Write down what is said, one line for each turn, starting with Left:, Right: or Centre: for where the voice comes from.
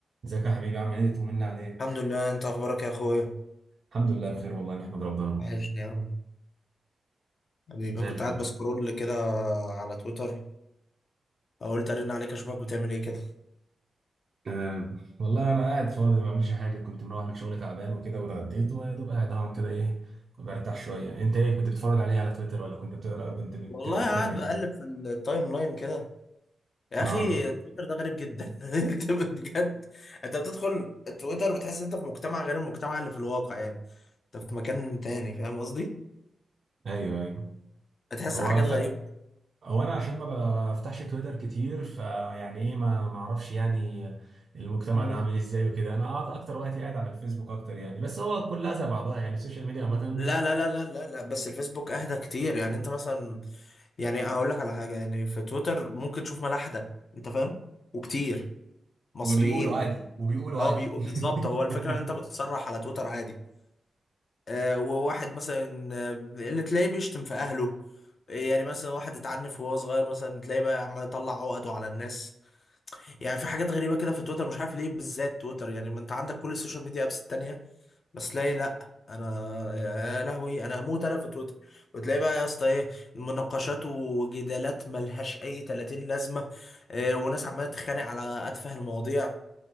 Right: ازيك يا حبيبي عامل ايه طمنا عليك
Left: الحمد لله انت اخبارك يا اخويا
Right: الحمد لله بخير والله نحمد ربنا
Left: وحشني يا عم حبيبي
Right: زي
Left: كنت
Right: الفل
Left: قاعد بسكرول كده على تويتر قلت ارن عليك اشوفك بتعمل ايه كده
Right: أه والله انا قاعد فاضي ما بعملش حاجه كنت مروح من شغل تعبان وكده واتغديت ويا دوب قاعد اهون كده ايه كنت برتاح شويه انت ايه كنت بتتفرج عليه على تويتر ولا كنت بتقرا أو كنت بت...
Left: والله
Right: بتعمل
Left: قاعد
Right: ايه
Left: بقلب في التايم لاين كده يا
Right: اه
Left: اخي تويتر ده غريب جدا <laughs> انت بجد انت بتدخل تويتر بتحس انت في مجتمع غير المجتمع اللي في الواقع يعني انت في مكان تاني فاهم قصدي
Right: ايوه ايوه
Left: بتحس
Right: هو
Left: حاجات
Right: ف...
Left: غريبة
Right: هو انا عشان ما بفتحش تويتر كتير فيعني ايه ما ما اعرفش يعني المجتمع
Left: مم.
Right: ده عامل ازاي وكده انا قاعد اكتر وقت قاعد على الفيسبوك اكتر يعني بس هو كلها زي بعضها يعني السوشيال ميديا عامه
Left: لا لا لا لا لا لا بس الفيسبوك اهدى كتير يعني انت مثلا يعني هقول لك على حاجة يعني في تويتر ممكن تشوف ملاحدة انت فاهم وكتير مصريين
Right: وبيقولوا عادي وبيقولوا
Left: اه
Right: عادي
Left: بي- بالظبط هو الفكره
Right: <laughs>
Left: ان انت بتصرح على تويتر عادي آه وواحد مثلا آه، اللي تلاقيه بيشتم في اهله آه، يعني مثلا واحد اتعنف وهو صغير مثلا تلاقيه بقى عمال يطلع عقده على الناس يعني في حاجات غريبه كده في تويتر مش عارف ليه بالذات تويتر يعني ما انت عندك كل السوشيال ميديا ابس التانيه بس تلاقي لا انا يا لهوي انا اموت انا في تويتر وتلاقي بقى يا اسطى ايه مناقشات وجدالات ملهاش اي 30 لازمه آه، وناس عماله تتخانق على اتفه المواضيع